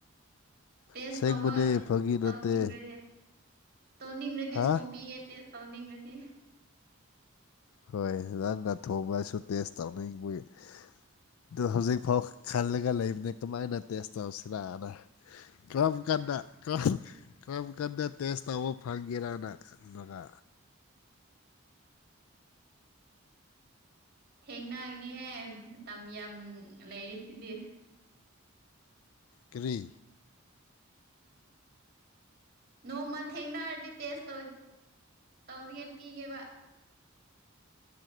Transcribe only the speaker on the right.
ꯇꯦꯁ
ꯇꯧꯕ
ꯇꯧꯅꯤꯡꯉꯁꯦ
ꯇꯧꯅꯤꯡꯉꯗꯤ
ꯊꫭꯡꯕꯤꯒꯦ ꯇꯦꯁ ꯇꯧꯅꯤꯡꯉꯗꯤ
ꯊꯦꯡꯅꯅꯤꯍꯦ ꯃꯇꯝ ꯌꯥꯝ ꯂꯩꯔꯤ ꯁꯤꯗꯤ
ꯅꯣꯡꯃ ꯊꯦꯡꯅꯔꯗꯤ ꯇꯦꯁ ꯇꯧ ꯇꯧꯔꯤꯉꯩ ꯄꯤꯒꯦꯕ